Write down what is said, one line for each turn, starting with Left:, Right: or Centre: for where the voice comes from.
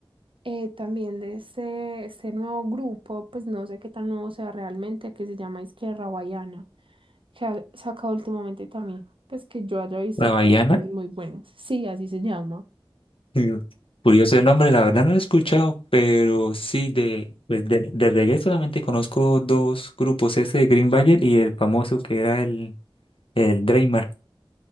Right: eh, también de este, este nuevo grupo, pues no sé qué tan nuevo sea realmente, que se llama Izquierda Guayana, que ha sacado últimamente también, pues que yo haya visto
Left: La Baiana,
Right: canciones muy buenas. Sí, así se llama.
Left: mm, curioso el nombre, la verdad no lo he escuchado, pero sí de, pues de, de reggae solamente conozco dos grupos, ese de Green Valley y el famoso que era el, el Dreymar.